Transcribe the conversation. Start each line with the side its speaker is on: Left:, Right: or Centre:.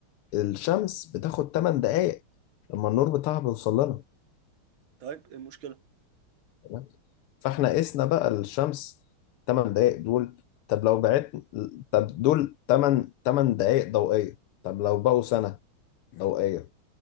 Left: الشمس بتاخد 8 دقايق لما النور بتاعها بيوصل لنا
Right: طيب ايه المشكلة
Left: تمام فاحنا قسنا بقى الشمس 8 دقايق دول طب لو بعت طب دول 8 8 دقايق ضوئية طب لو بقوا سنة ضوئية